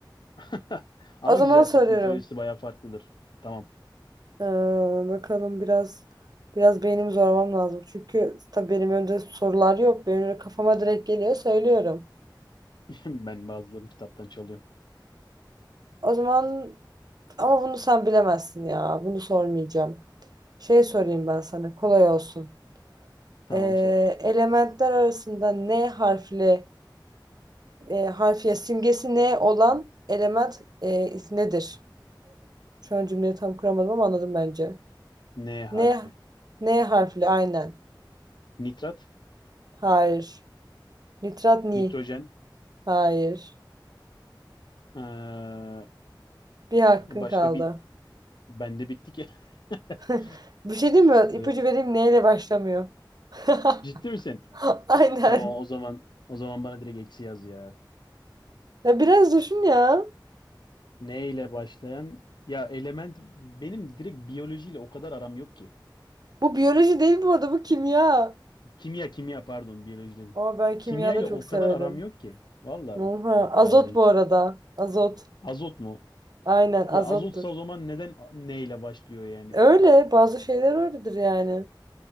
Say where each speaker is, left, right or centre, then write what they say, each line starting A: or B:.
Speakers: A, on the left; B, on the right.
A: <laughs> Ama
B: O zaman
A: güzel
B: soruyorum.
A: Türk mitolojisi bayağı farklıdır. Tamam.
B: Ee, bakalım biraz biraz beynimi zorlamam lazım. Çünkü tabii benim önümde sorular yok. Benim öyle kafama direkt geliyor söylüyorum.
A: <laughs> Ben bazılarını kitaptan çalıyorum.
B: O zaman ama bunu sen bilemezsin ya. Bunu sormayacağım. Şey sorayım ben sana. Kolay olsun.
A: Tamam
B: Ee,
A: sor.
B: elementler arasında N harfli e, harfiye simgesi N olan element e, nedir? Şu an cümleyi tam kuramadım ama anladım bence.
A: N
B: N,
A: harfi.
B: N harfli aynen.
A: Nitrat,
B: Hayır. Nitrat ni.
A: nitrojen.
B: Hayır.
A: Ee,
B: Bir hakkın
A: e, başka
B: kaldı.
A: bir bende bitti ki. <laughs>
B: <laughs> Bir şey değil mi? İpucu
A: Dur.
B: vereyim neyle başlamıyor. <laughs>
A: Ciddi misin?
B: Aynen.
A: Tamam o zaman o zaman bana direkt eksi yaz ya.
B: Ya biraz düşün ya.
A: N ile başlayan ya element benim direkt biyolojiyle o kadar aram yok ki.
B: Bu biyoloji değil bu arada bu kimya.
A: Kimya kimya pardon biyoloji dedim.
B: Ama ben kimya
A: Kimya
B: da
A: ile
B: çok
A: o
B: severim.
A: kadar aram yok ki. Vallahi
B: Oha.
A: yok
B: Azot
A: bende hiç.
B: bu arada. Azot.
A: Azot mu?
B: Aynen azottur.
A: Ya azotsa o zaman neden a- neyle başlıyor yani?
B: Öyle bazı şeyler öyledir yani.